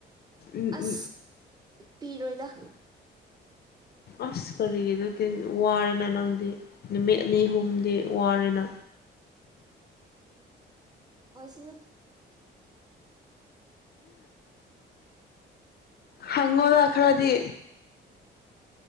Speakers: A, on the left; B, on the right.
A: ꯎ
B: ꯑꯁ ꯄꯤꯔꯣꯏꯗ
A: ꯑꯁ ꯀꯔꯤꯒꯤ ꯑꯗꯨꯗꯤ ꯋꯥꯔꯦꯅ ꯅꯪꯗꯤ ꯅꯨꯃꯤꯠ ꯑꯅꯤ ꯑꯍꯨꯝꯗꯤ ꯋꯥꯔꯦꯅ
B: ꯑꯣꯏ ꯁꯅꯨ
A: ꯍꯥꯉꯣꯔ ꯈꯔꯗꯤ